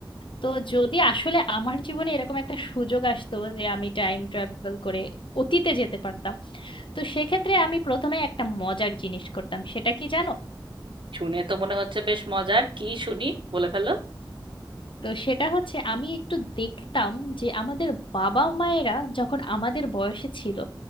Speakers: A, on the left; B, on the right.
A: তো যদি আসলে আমার জীবনে এরকম একটা সুযোগ আসতো যে আমি টাইম ট্রাভেল করে অতীতে যেতে পারতাম তো সেক্ষেত্রে আমি প্রথমে একটা মজার জিনিস করতাম সেটা কি জানো
B: শুনে তো মনে হচ্ছে বেশ মজার কি শুনি বলে ফেলো
A: তো সেটা হচ্ছে আমি একটু দেখতাম যে আমাদের বাবা মায়েরা যখন আমাদের বয়সে ছিল